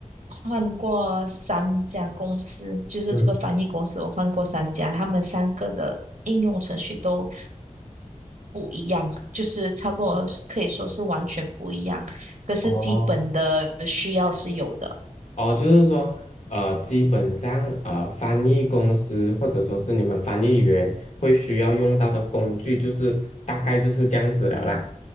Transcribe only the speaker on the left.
嗯，
哦，哦，就是说，呃，基本上，呃，翻译公司或者说是你们翻译员会需要用到的工具，就是大概就是这样子了啦。